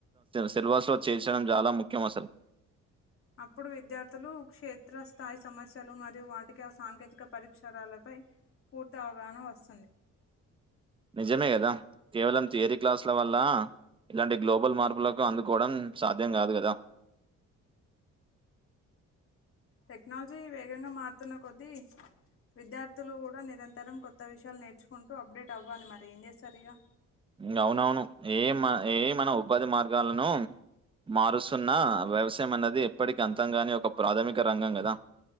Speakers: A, on the right; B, on the left.
A: సిలబస్ లో చేర్చడం చాలా ముఖ్యం అసలు
B: అప్పుడు విద్యార్థులు క్షేత్రస్థాయి సమస్యలు మరియు వాటికి ఆ సాంకేతిక పరిక్షరాలపై పూర్తి అవగాహన వస్తుంది
A: నిజమే కదా కేవలం థియరీ క్లాసుల వల్ల ఇట్లాంటి గ్లోబల్ మార్పులకు అందుకోవడం సాధ్యం కాదు కదా
B: టెక్నాలజీ వేగంగా మారుతున్న కొద్దీ విద్యార్థులు కూడా నిరంతరం కొత్త విషయాలు నేర్చుకుంటూ అప్డేట్ అవ్వాలి మరేం జేస్తారిగా
A: ఇంగా అవునవును ఏమ్ ఏమనావ్ ఉపాధి మార్గాలను మారుస్తున్న వ్యవసాయం అన్నది ఎప్పటికి అంతంగానే ఒక ప్రాథమిక రంగం గదా